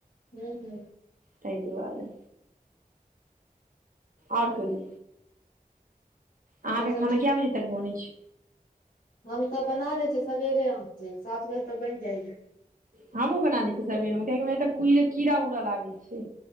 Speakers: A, on the left; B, on the right.
A: हूँ हूँ
B: तइ दुआरे आओर कहियौ आहाँ
A: आओर
B: के
A: सब
B: खाना
A: ठीक
B: कए बजे तक बनै छै
A: हम तऽ बना लय छियै सबेरे आहा के सात बजे तक बैन जाइए
B: हमहुँ बना लय छियै सबेरे मे कियाकी हमरा एत की कीड़ा उड़ लागै छै